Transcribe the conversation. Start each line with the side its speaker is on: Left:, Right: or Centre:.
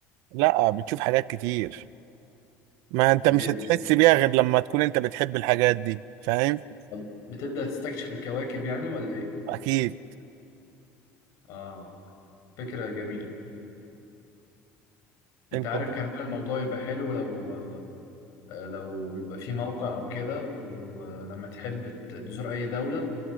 Right: لا بتشوف حاجات كتير ما أنت
Left: ب-
Right: مش هتحس بيها غير لما تكون أنت بتحب الحاجات دي فاهم
Left: طب بتبدأ تستكشف الكواكب يعني ولا ايه؟
Right: أكيد
Left: اه فكرة جميلة انت
Right: أنت
Left: عارف كمان الموضوع يبقى حلو لو آه، لو يبقى في موقع او كده ولما تحب ت- تزور اي دولة